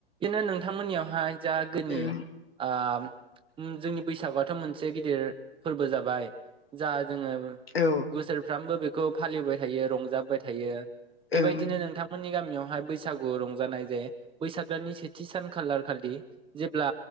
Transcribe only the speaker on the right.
इनो नोंथांमोननियावहाय जागोनि
आम उम जोंनि बैसागुआथ' मोनसे गिदिर फोरबो जाबाय। जा जोङो
बोसोरफ्रामबो बे खौ फालिबोबाय थायो रंजाबोबाय थायो। बेबायदिनो
नोंथांमोन नि गामियावहाय बैसागु रंजानाय जे बैसाग दाननि सेथि सान खालार खालि जेब्ला